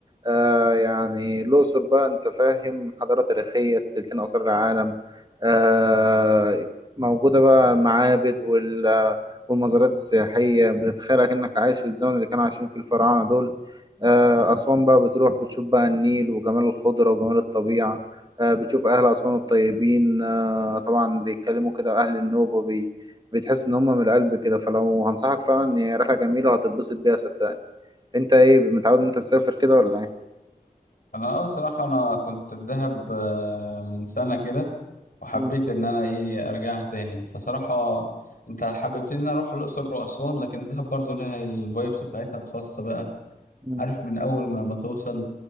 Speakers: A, on the right; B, on the left.
A: آه يعني الأقصر بقى أنت فاهم حضارة تاريخية تلتين آثار العالم آه موجودة بقى المعابد وال والمزارات السياحية بتتخيل كأنك عايش في الزمن اللي كانوا عايشين فيه الفراعنة دول آه، أسوان بقى بتروح بتشوف بقى النيل وجمال الخضرة وجمال الطبيعة آه، بتشوف أهل أسوان الطيبين آه، طبعا بيتكلموا كده أهل النوبة بي بتحس إن هم من القلب كده فلو هنصحك فعلا إن هي رحلة جميلة وهتتبسط بيها صدقني أنت إيه متعود إن أنت تسافر كده ولا إيه؟
B: انا اه صراحة انا كنت في دهب آه، من سنة كده وحبيت
A: مم.
B: ان انا ايه ارجعها تاني فصراحة انت حببتني ان أنا اروح الاقصر واسوان لكن دهب برضو لها الفايبس بتاعتها الخاصة بقى
A: مم.
B: عارف من اول ما ما توصل ان